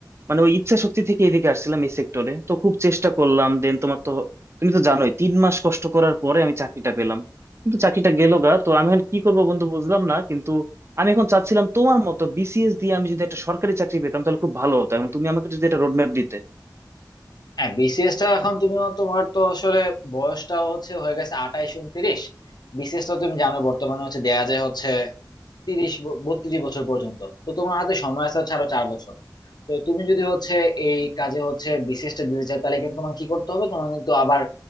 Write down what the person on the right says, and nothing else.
মানে ওই ইচ্ছা শক্তি থেকে এদিকে আসছিলাম এই সেক্টরে তো খুব চেষ্টা করলাম দেন তোমার তো তুমি তো জানোই তিন মাস কষ্ট করার পরে আমি চাকরিটা পেলাম কিন্তু চাকরিটা গেল গা তো আমি এখন কি করবো বন্ধু বুঝলাম না কিন্তু আমি এখন চাচ্ছিলাম তোমার মতো বিসিএস দিয়ে আমি যদি একটা সরকারি চাকরি পেতাম তাহলে খুব ভালো হতো এবং তুমি আমাকে যদি একটা রোডম্যাপ দিতে